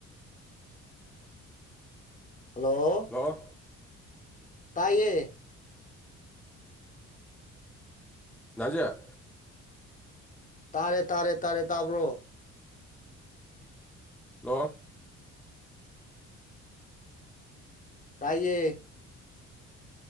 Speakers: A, on the left; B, in the centre.
A: ꯍꯜꯂꯣ
B: ꯂꫭ
A: ꯇꯥꯏꯌꯦ
B: ꯗꯥ ꯖꯦ
A: ꯇꯥꯔꯦ ꯇꯥꯔꯦ ꯇꯥꯔꯦ ꯇꯥꯕ꯭ꯔꯣ
B: ꯍꯜꯂꯣ
A: ꯇꯏꯌꯦ